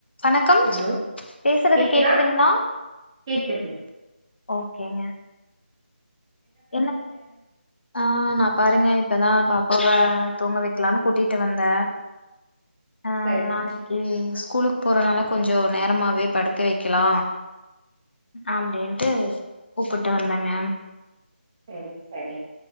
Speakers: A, on the left; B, on the right.
A: வணக்கம்
B: ஹலோ
A: பேசுறது
B: கேக்குதா
A: கேக்குதுங்ளா
B: கேக்குது
A: ஓகேங்க என்ன ஆ நா பாருங்க இப்பதா பாப் போக தூங்க வெக்கெலான்னு கூட்டிட்டு வந்தே ஆ
B: சரி
A: நாளைக்கி ஸ்கூலுக் போறதுனால கொஞ்சோ நேரமாவே படுக்க வைக்கலா அப்டின்ட்டு கூப்புட்டு வந்தேங்க
B: செரி செரி